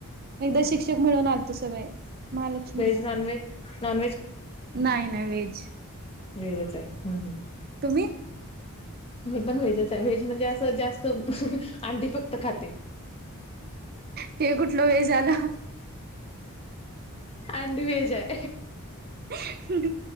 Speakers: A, on the right (about 45°); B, on the left (about 25°).
A: एकदा शिक्षक मिळून आल तू सगळे महालक्ष्मीला
B: व्हेज नॉन व्हेज नॉन
A: नाही ना वहेज
B: हे जच ह
A: तुम्ही
B: मी पण व्हेजच आहे व्हेज म्हणजे असं जास्त अंडीी फक्त खाते
A: ते कुठलं वेळ झाला
B: अंड वजय
A: ह